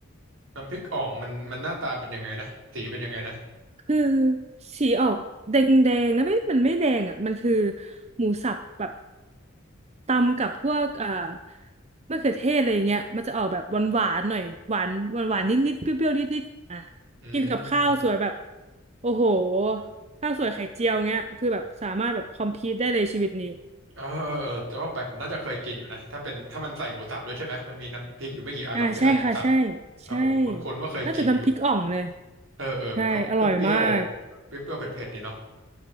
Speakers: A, on the right; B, on the right.
A: น้ำพริกอ่องมันมันหน้าตาเป็นยังไงนะสีเป็นยังไงนะ
B: คือสีออกแดงแดงนะไม่มันไม่แดงอ่ะมันคือหมูสับแบบตำกับพวกเอ่อมะเขือเทศอะไรอย่างเงี้ยมันจะออกแบบหวานหวานหน่อยหวานหวานหวานนิดนิดเปรี้ยวเปรี้ยวนิดนิดอ่ะ
A: อืมอืม
B: กินกับข้าวสวยแบบโอ้โหข้าวสวยไข่เจียวเงี้ยคือแบบสามารถแบบคอมพีทได้เลยชีวิตนี้
A: เออเออเออจะว่าไปผมน่าจะเคยกินอยู่นะถ้าเป็นถ้ามันใส่หมูสับด้วยใช่ไหมมันมีน้ำพริกอยู่ไม่กี่อันหรอกที่ใส่หมูสับ
B: อ่าใช่ค่ะใช่
A: อ่ะผมคุ้นๆว่าเคยกินอยู่
B: ใช่น่าจะน้ำพริกอ่องเลย
A: เออเออมันก็เปรี้ยวๆเปรี้ยวๆเผ็ดๆดีเนาะ
B: ใช่อร่อยมาก